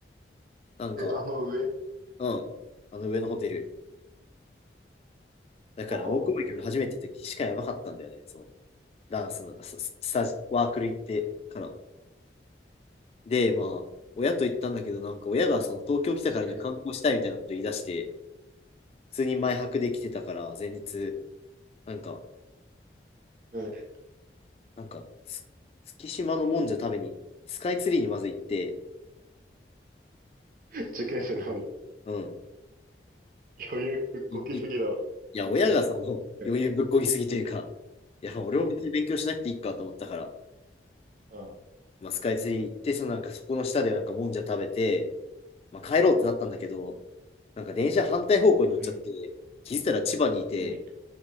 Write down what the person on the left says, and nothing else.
なんか、
うん、あの上のホテル。だから、
大久保駅俺初めて行った時しかやばかったんだよね、その、ダンスの、スススタジ、ワークル行ってから。で、まあ、親と行ったんだけど、なんか、親がその、東京来たからには観光したいみたいなこと言い出して、
普通に前泊で来てたから、前日、なんか、
なんか、つ月島のもんじゃ食べに、スカイツリーにまず行って、
うん。
い、い、いや、
親がその <laughs>
余裕ぶっこぎすぎというか、いや、まあ俺も別に勉強しなくていいかと思ったから、
まあ、スカイツリー行って、そのなんかそこの下でなんかもんじゃ食べて、まあ、帰ろうってなったんだけど、なんか電車反対方向に乗っちゃって、
気づいたら千葉にいて、